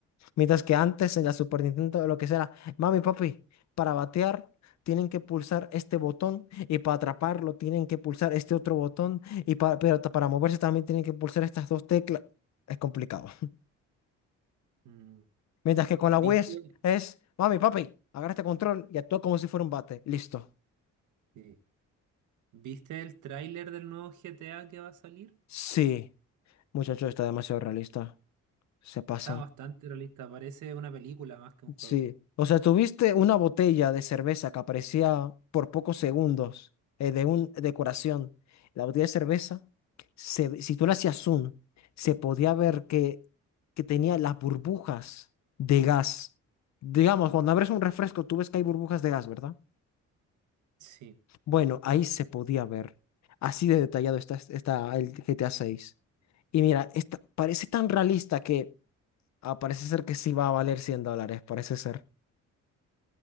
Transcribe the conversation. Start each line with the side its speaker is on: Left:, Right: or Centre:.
Left: Mientras que antes en la Super Nintendo lo que será, mami, papi, para batear tienen que pulsar este botón y para atraparlo tienen que pulsar este otro botón y para, pero ta- para moverse también tienen que pulsar estas dos teclas. Es complicado. <laughs>
Right: mm.
Left: Mientras que con
Right: ¿Viste?
Left: la Wii es, es, mami, papi, agarra este control y actúa como si fuera un bate. Listo.
Right: Sí. ¿Viste el tráiler del nuevo GTA que va a salir?
Left: Sí, muchacho, está demasiado realista. Se pasan.
Right: Está bastante realista, parece una película más que un juego.
Left: Sí, o sea, tuviste una botella de cerveza que aparecía por pocos segundos eh, de un decoración. La botella de cerveza, se- si tú la hacías zoom, se podía ver que, que tenía las burbujas de gas. Digamos, cuando abres un refresco, tú ves que hay burbujas de gas, ¿verdad?
Right: Sí.
Left: Bueno, ahí se podía ver. Así de detallado está, está el GTA 6. Y mira, esta, parece tan realista que ah, parece ser que sí va a valer 100 dólares, parece ser.